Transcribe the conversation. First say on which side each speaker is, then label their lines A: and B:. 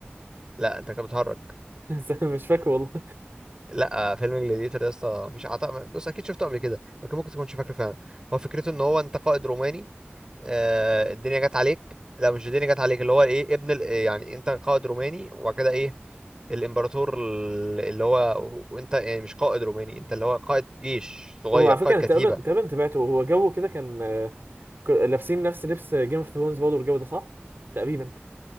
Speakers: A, on the right (about 20°); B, on the right (about 60°).
A: لا انت كده بتهرج
B: <laughs> مش فاكر والله
A: لا فيلم جلاديتور ده يا اسطى مفيش عطاء بص اكيد شفته قبل كده لكن ممكن تكونش فاكره فعلا هو فكرته ان هو انت قائد روماني آه، الدنيا جت عليك لا مش الدنيا جت عليك اللي هو ايه ابن ال... يعني انت قائد روماني وبعد كده ايه الامبراطور ال- اللي هو وانت يعني مش قائد روماني انت اللي هو قائد جيش صغير
B: هو على فكره
A: قائد
B: انا
A: كتيبة
B: تقريبا تقريبا تابعته هو جو كده كان آه، ك- لابسين نفس لبس جيم اوف ثرونز برضه والجو ده صح؟ تقريبا